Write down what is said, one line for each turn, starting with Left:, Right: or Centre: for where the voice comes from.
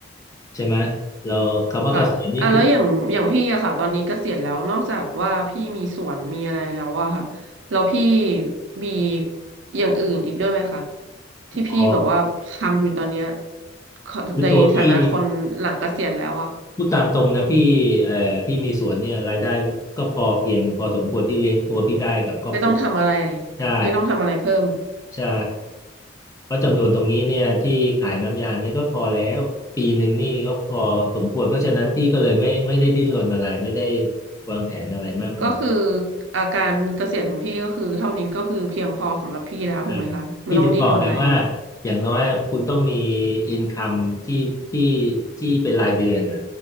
Left: ใช่ไหมเราคำว่าเกษียณนี่คือ
Right: ค่ะอ่ะแล้วอย่างอย่างพี่อะค่ะตอนนี้เกษียณแล้วนอกจากว่าพี่มีสวนมีอะไรแล้วอะค่ะ แล้วพี่มีอย่างอื่นอีกด้วยไหมคะที่พี่แบบว่าทำอยู่ตอนเนี้ย
Left: พอ
Right: ขอในฐานะคนหลังเกษียณแล้วอะ
Left: คือตัวพี่ พูดตามตรงนะพี่เอ่อพี่มีสวนเนี่ยรายได้ก็พอเพียงพอสมควรที่เลี้ยงตัวพี่ได้กับครอบครัว
Right: ไม่ต้องทำอะไร
Left: ใช่
Right: ไม่ต้องทำอะไรเพิ่ม
Left: ใช่เพราะจำนวนตรงนี้เนี่ยที่ขายน้ำยางเนี่ยก็พอแล้วปีหนึ่งนี่ก็พอสมควรเพราะฉะนั้นพี่ก็เลยไม่ไม่ได้ดิ้นรนอะไรไม่ได้วางแผนอะไรมากมาย
Right: ก็คืออาการเกษียณของพี่ก็คือเท่านี้ก็คือเพียงพอสำหรับพี่แล้วถูกไหมคะไม่ต้องดิ้นรนอะไรเลย
Left: ใช่พี่ถึงบอกไงว่าอย่างน้อยคุณต้องมีอินคัมที่ที่ที่เป็นรายเดือนอ่ะ